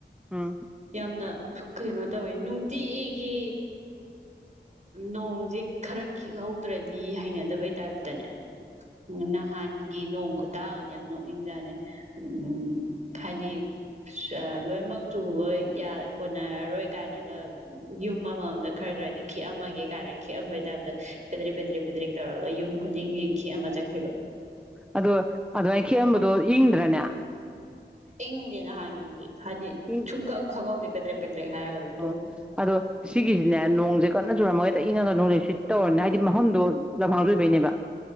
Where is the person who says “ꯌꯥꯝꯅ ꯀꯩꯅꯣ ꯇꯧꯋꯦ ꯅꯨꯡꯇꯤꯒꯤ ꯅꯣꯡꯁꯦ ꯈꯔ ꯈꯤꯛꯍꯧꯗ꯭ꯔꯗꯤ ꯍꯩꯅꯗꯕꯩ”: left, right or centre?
Right